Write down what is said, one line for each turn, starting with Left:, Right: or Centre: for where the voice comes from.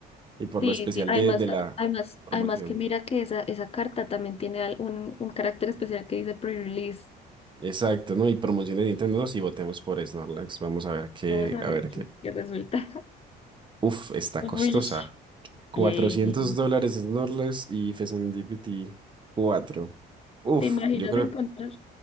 Right: Y por
Left: Sí,
Right: lo especial
Left: sí. Además,
Right: de, de la
Left: a- además,
Right: promoción.
Left: además que mira que esa, esa carta también tiene al- un, un carácter especial que dice pre-release.
Right: Exacto, ¿no? Y promoción de Nintendo, ¿no? Si votemos por Snorlax, vamos a ver qué,
Left: Vamos a
Right: a
Left: ver
Right: ver qué.
Left: qué, qué resulta. <laughs>
Right: Uf, está
Left: Uy,
Right: costosa. Cuatrocientos
Left: bien.
Right: dólares Snorlax y Fezandipity 4. Uf,
Left: ¿Te imaginas
Right: yo creo,
Left: encontrar?